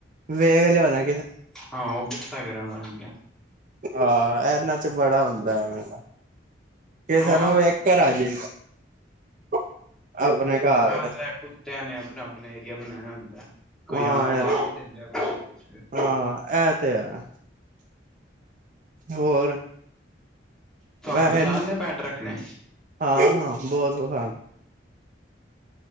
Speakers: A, on the right; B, in the centre.
A: ਵੇਖ ਲਿਆ ਹੋਣਾ
B: ਹਾਂ, ਉਹ ਗੁੱਸਾ ਕਰਨ ਲਗ ਗਿਆ।
A: ਆ, ਇਹਨਾਂ ਚ ਬੜਾ ਹੁੰਦਾ ਆ ਵੇਲਾ। ਕਿ ਸਾਨੂੰ
B: ਉਹ
A: ਇੱਕ ਰਾਜੇ ਆ ਆਪਣੇ ਘਰ
B: ਬਸ
A: ਤੇ
B: ਇਹ ਕੁੱਤਿਆਂ ਨੇ ਆਪਣਾ-ਆਪਣਾ ਏਰੀਆ ਬਣਾਇਆ ਹੁੰਦਾ। ਕੋਈ
A: ਹਾਂ
B: ਆ-ਆਣ
A: ਇਹ
B: ਨਹੀਂ ਦਿੰਦੇ ਆਪਣੇ ਏਰੀਏ 'ਚ ਫਿਰ
A: ਹਾਂ ਇਹ ਤੇ ਹੈ ਹੋਰ।
B: ਤੁਹਾਨੂੰ
A: ਵੈਸੇ
B: ਪਸੰਦ ਏ ਪੈੱਟ ਰੱਖਣੇ?
A: ਹਾਂ ਬਹੁਤ ਲੋਕ